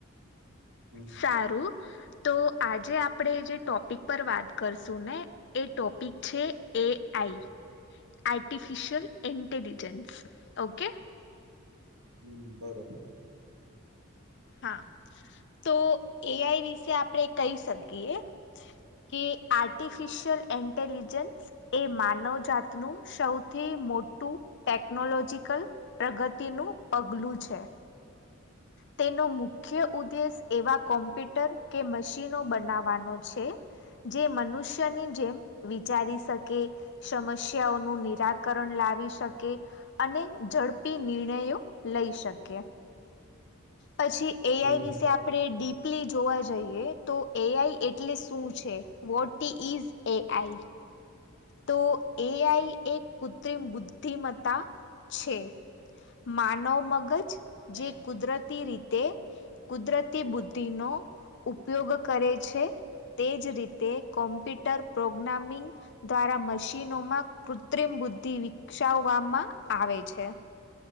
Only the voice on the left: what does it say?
સારું
તો આજે આપણે જે ટોપિક પર વાત કરશું ને એ ટોપિક છે એ આઈ આર્ટિફિશિયલ ઇન્ટેલિજન્સ ઓકે
હા તો એઆઈ વિશે આપણે કહી શકીએ કે આર્ટિફિશિયલ ઇન્ટેલિજન્સ એ માનવ જાતનુંું સૌથી મોટું મોટું ટેકનોલોજીકલ પ્રગતિનું પગલું છે તેનો મુખ્ય ઉદ્દેશ એવા કોમ્પ્યુટર કે મશીનો બનાવવાનો છે જે મનુષ્યની જેમ વિચારી શકે સમસ્યાઓનું નિરાકરણ લાવી શકે અને ઝડપી નિર્ણયો લઈ શકે પછી એઆઈ
વિશે આપણે ડી જોવા જઈએ તો એઆઈ એટલે શું છે વોટ ઇઝ એઆઈ તો એઆઈ એક કૃત્રિમ બુદ્ધિમત્તા છે માનવ મગજ
જે કુદરતી રીતે કુદરતી બુદ્ધિનોો ઉપયોગ કરે છે તેજ રીતે કોમ્પ્યુટર પ્રોગ્રામિંગ દ્વારા મશીનોમાં કૃત્રિમ બુદ્ધિ વિકસાવવામાં આવે છે